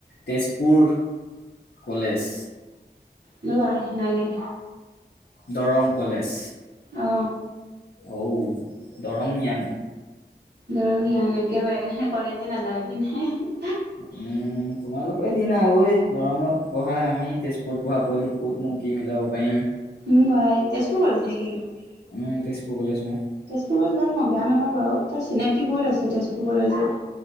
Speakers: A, on the left (about 65°); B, on the right (about 70°).
A: তেজপুৰ কলেজ।
B: <unintelligible> নাই নাই।
A: দৰং কলেজ,
B: অ
A: অও দৰংঙীয়ান।
B: দৰংঙীয়ান, একেবাৰে কলেজে নাযায় এই পিনে।
A: উম, তোমালোকৰে দিনা ঐ দৰংত পঢ়া আমি তেজপুৰত পঢ়া পোৱালি। কতনো কি মিলাব পৰিম উম,
B: উম আই তেজপুৰ কলেজ নেকি
A: তেজপুৰ কলেজ মই।
B: তেজপুৰ কলেজ ভাল পাওঁ বেয়া নাপাওঁ বাৰু। তাৰ চিনাকি বহুত আছে তেজপুৰ কলেজত।